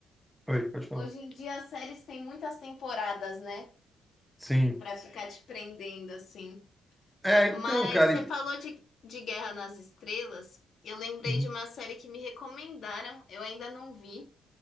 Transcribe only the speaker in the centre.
Oi, pode falar.
Sim.
É,
então, cara.
e-
Hum,